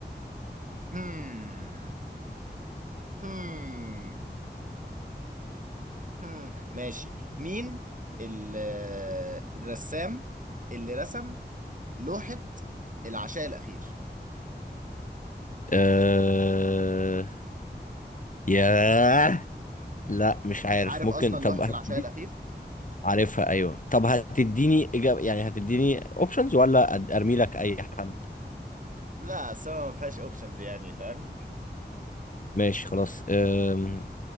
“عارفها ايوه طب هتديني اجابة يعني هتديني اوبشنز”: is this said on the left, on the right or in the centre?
Left